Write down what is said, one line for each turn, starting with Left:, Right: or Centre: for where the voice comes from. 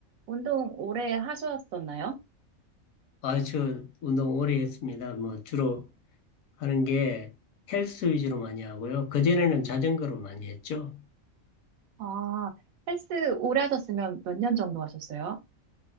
Right: 운동 오래 하셨었나요?
Left: 아, 저 운동 오래 했습니다. 뭐 주로 하는 게 헬스 위주로 많이 하고요. 그전에는 자전거로 많이 했죠.
Right: 아, 헬스 오래 하셨으면 몇 년 정도 하셨어요?